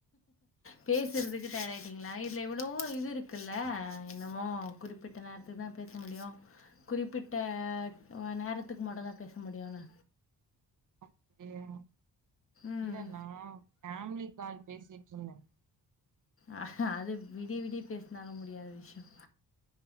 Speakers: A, on the left (about 35°); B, on the right (about 55°).
A: பேசுறதுக்கு டயடாயி டிங்ளா இதுல எவ்ளோ இது இருக்குல்ல என்னமோ குறிப்பிட்ட நேரத்துக்குதா பேச முடியு குறிப்பிட்ட நேரத்துக்கு மட்டுந்தா பேசமுடியுனு
B: அப்டியா
A: ம்
B: இல்ல நா ஃபேமிலி கால் பேசிட்ருந்த
A: ஆ அது விடிய விடிய பேசினாலு முடியாத விஷயம்